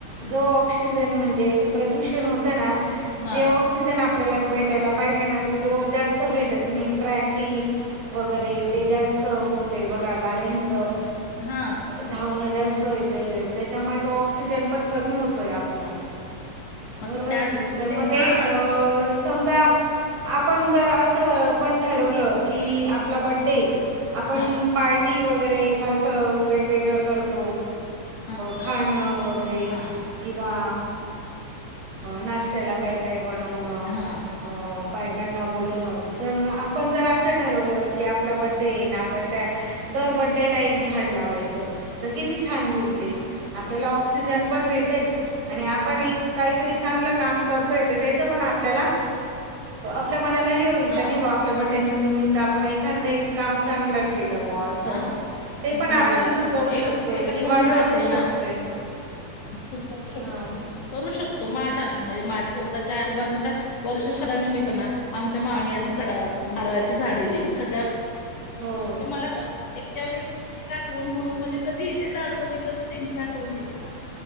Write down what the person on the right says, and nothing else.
जो ऑक्सिजन म्हणजे प्रदूषण होत ना.
जे ऑक्सिजन आपल्याला भेटायला पाहिजे ना तर तो जास्त भेटत नाही ट्रॅफिक. वगैरे ते जास्त होते बघा गाड्यांचं.
धावणं जास्त येत त्याच्यामुळे तो ऑक्सिजन पण कमी होतोय आपला.
बरोबर
आहे की नाही तर मग ते
अ समजा आपण जर असं पण ठरवलं की आपला बड्डे. आपण
पार्टी वगैरे. वेगवेगळं करतो
खाणं वगैरे.
किंवा नाश्त्याला काय काय बनवणं.
हो. बायकांना बोलवून तर आपण जर असं ठरवलं की आपला बड्डे येईन आपण त्या. दरबड्डे्याला एक झाड लावायचं तर किती छान होईल ते. आपल्याला ऑक्सिजन पण भेटेल. आणि आपण एक काहीतरी चांगलं काम करतोयेत त्याचं पण आपल्याला. आपल्या मनाला हे होईल
का नाही बा आपल्या बर््डेनिमित्त
आपण एखादं एक काम चांगलं. कल बॉस.
ते पण
आपण
सुचवू
शकतोय
किंवा
करू शकतोय.
हां
हो